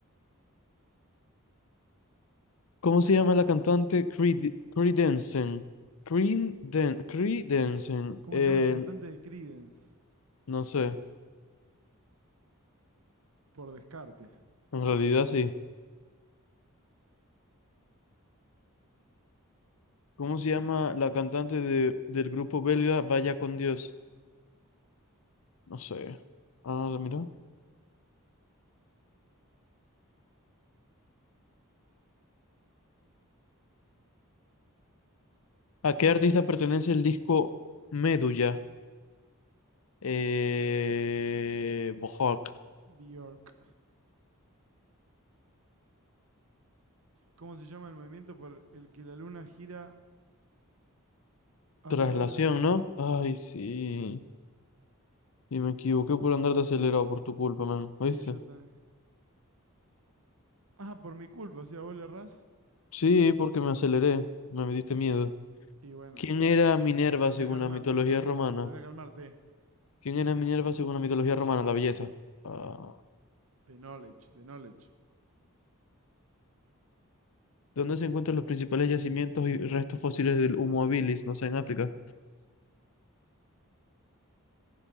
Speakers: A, on the left; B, on the right.
A: ¿Cómo se llama la cantante Creed, Creedensen? Creeden- Creedensen.
B: ¿Cómo
A: Eh,
B: se llama el cantante de Creedence?
A: no sé.
B: Por descarte.
A: En realidad sí. ¿Cómo se llama la cantante de, del grupo belga Vaya con Dios? No sé. Ah, mira. ¿A qué artista pertenece el disco Medulla? Eh, Bohawk.
B: Bjork. ¿Cómo se llama el movimiento por el que la luna gira alrededor
A: Traslación,
B: de la Tierra?
A: ¿no? Ay, sí. Y me equivoqué por andar de acelerado por tu culpa, man.
B: Sí,
A: ¿Oíste?
B: yo también. Ah, por mi culpa, o sea, vos le errás.
A: Sí, porque me aceleré. Me metiste miedo.
B: Y bueno,
A: ¿Quién era Minerva
B: aprendí
A: según
B: a calmarte
A: la mitología
B: entonces.
A: romana?
B: Aprendí a calmarte.
A: ¿Quién era Minerva según la mitología romana? La belleza. Ah,
B: The knowledge, the knowledge.
A: ¿Dónde se encuentran los principales yacimientos y restos fósiles del Homo habilis? No sé, en África.